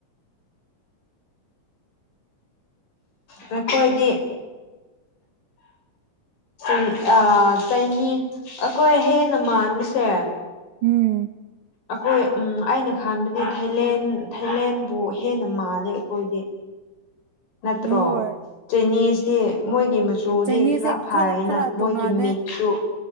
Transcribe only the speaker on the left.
ꯅꯈꯣꯏꯗꯤ
ꯆꯅꯤ ꯑ ꯆꯅꯤ ꯑꯩꯈꯣꯏ ꯍꯦꯟꯅ ꯃꯥꯟꯕꯁꯦ
ꯑꯩꯈꯣꯏ ꯑꯩꯅ ꯈꯟꯕꯗꯤ ꯊꯥꯏꯂꯦꯟ ꯊꯥꯏꯂꯦꯟꯕꯨ ꯍꯦꯟꯅ ꯃꯥꯜꯂꯤꯦ ꯑꯩꯈꯣꯏꯗꯤ
ꯅꯠꯇ꯭ꯔꯣ
ꯆꯤꯅꯤꯁꯁꯤ ꯃꯣꯏꯒꯤ ꯃꯆꯨꯗꯤ
ꯈꯔ ꯐꯥꯏꯌꯦꯅ
ꯃꯣꯏꯒꯤ
ꯃꯤꯠꯁꯨ